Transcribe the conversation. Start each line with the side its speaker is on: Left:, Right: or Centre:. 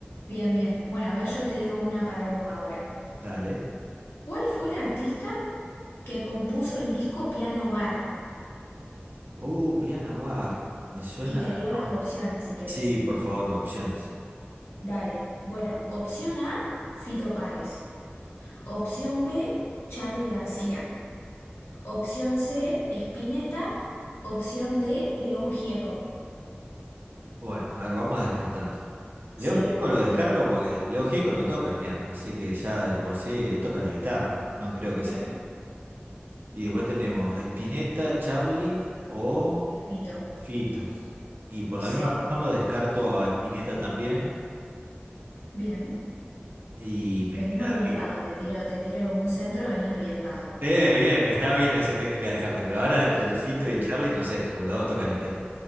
Left: bien, bien. Bueno, a ver, yo te digo una para vos ahora.
Right: Dale.
Left: ¿Cuál fue el artista que compuso el disco Piano Bar?
Right: Uh, piano bar. Me suena
Left: Y te digo
Right: el nombre.
Left: las opciones si querés.
Right: Sí, por favor, opciones.
Left: Dale. Bueno, opción A, Fito Páez. Opción B, Charly García. Opción C, Spinetta. Opción D, León Gieco.
Right: Bueno, a ver, vamos descartando. León
Left: Sí,
Right: Gieco lo descarto
Left: iba a decir
Right: porque
Left: eso
Right: León Gieco no toca el piano, así que ya de por sí él toca la guitarra, no creo
Left: Bien,
Right: que sea. Y después tenemos Spinetta, Charlie o
Left: y Fito.
Right: Fito. Y por
Left: Sí.
Right: la misma razón lo descarto a Spinetta también
Left: Bien,
Right: y me
Left: venís
Right: queda
Left: orientado,
Right: ahí.
Left: te tiro, te tiro un centro, venís orientado.
Right: Eh, bien, está bien esa técnica de descarte, pero ahora entre Fito
Left: Sí.
Right: y Charlie no sé, porque los dos tocan el piano.